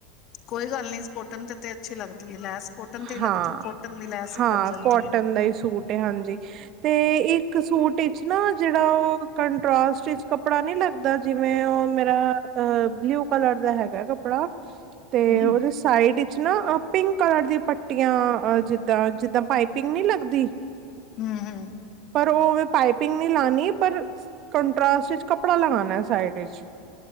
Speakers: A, on the left; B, on the right.
A: ਕੋਈ ਗੱਲ ਨੀ ਸਪੋਟਨ ਤੇ ਤੇ ਅੱਛੀ ਲੱਗਦੀ ਹੈ ਲੈਸ ਕੋਟਨ ਤੇ ਹੀ
B: ਹਾਂ-ਹਾਂ,
A: ਲੱਗਦੀ ਕੋਟਨ ਦੀ ਲੈਸ ਹੀ ਲੱਗ ਜਾਂਦੀ
B: ਕੋਟਨ
A: ਹੈ
B: ਦਾ ਹੀ ਸੂਟ ਹੈ ਹਾਂਜੀ ਤੇ ਇੱਕ ਸੂਟ ਸਟੀ ਨਾ ਜਿਹੜਾ ਉਹ ਕੰਟਸਟ ਕੱਪੜਾ ਨੀ ਲੱਗਦਾ ਜਿਵੇਂ, ਉਹ ਮੇਰਾ ਬਲਿਊ ਕਲਰ ਦਾ ਹੈਗਾ ਕੱਪੜਾ ਤੇ
A: ਹਮ
B: ਉਹਦੇ ਸਾਈਡ ਨਾਂ ਪਿੰਕ ਕਲਰ ਦੀ ਪੱਟੀਆਂ ਅ ਜਿੱਦ ਦਾਂ ਜਿੱਦਾਂ ਪਾਈਪਿੰਗ ਨਹੀ ਲੱਗਦੀ।
A: ਹੂੰ-ਹੂੰ,
B: ਪਰ ਉਹ ਪਾਈਪਿੰਗ ਨੀ ਲੀ ਪਰ ਕੰਟਸਟ ਵਿਚ ਕੱਪੜਾ ਲਗਾਣਾ ਸਾਈਡ ਵਿਚ